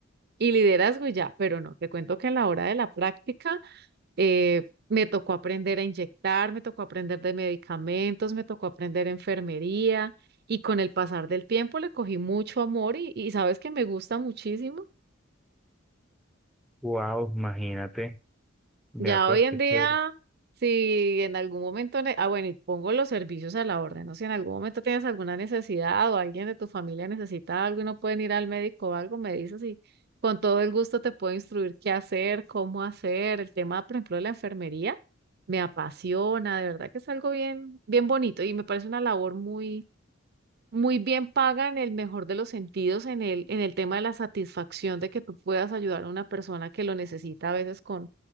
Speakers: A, on the right; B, in the centre.
A: Y liderazgo y ya, pero no, te cuento que a la hora de la práctica eh, me tocó aprender a inyectar, me tocó aprender de medicamentos, me tocó aprender enfermería y con el pasar del tiempo le cogí mucho amor y, y sabes que me gusta muchísimo.
B: Wow, imagínate, vea
A: Ya
B: pues
A: hoy en
B: qué
A: día,
B: chévere.
A: si en algún momento, ne- ah, bueno, y pongo los servicios a la orden, ¿no? Si en algún momento tienes alguna necesidad o alguien de tu familia necesita algo y no pueden ir al médico o algo, me dices y con todo el gusto te puedo instruir qué hacer, cómo hacer. El tema, por ejemplo, de la enfermería me apasiona, de verdad que es algo bien, bien bonito y me parece una labor muy, muy bien paga en el mejor de los sentidos, en el, en el tema de la satisfacción de que tú puedas ayudar a una persona que lo necesita a veces con